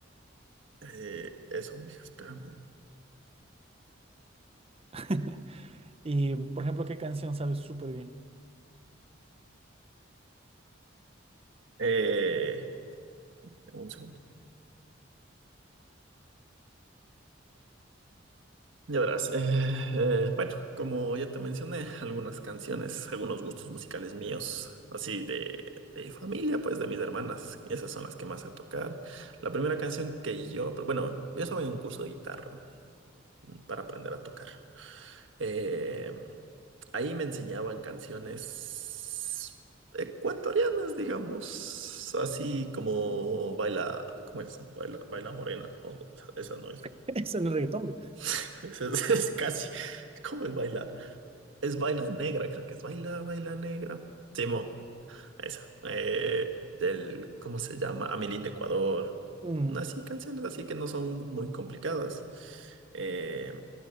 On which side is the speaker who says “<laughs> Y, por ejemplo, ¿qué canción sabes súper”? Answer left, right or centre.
Right